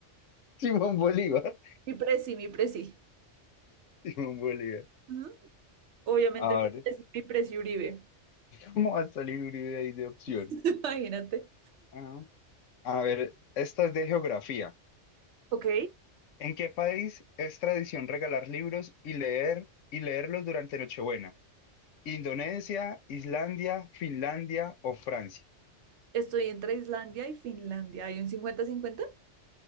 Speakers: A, on the left (about 85°); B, on the right (about 70°).
A: Simón Bolívar,
B: Mi presi, mi presi.
A: Simón Bolívar.
B: Ujú. Obviamente
A: A
B: mi
A: ver,
B: presi, mi presi Uribe.
A: ¿cómo va a salir Uribe ahí de opción?
B: <laughs> Imagínate.
A: Ah, a ver, esta es de geografía.
B: Ok.
A: ¿En qué país es tradición regalar libros y leer y leerlos durante Nochebuena? ¿Indonesia, Islandia, Finlandia o Francia?
B: Estoy entre Islandia y Finlandia. ¿Hay un 50 cincuenta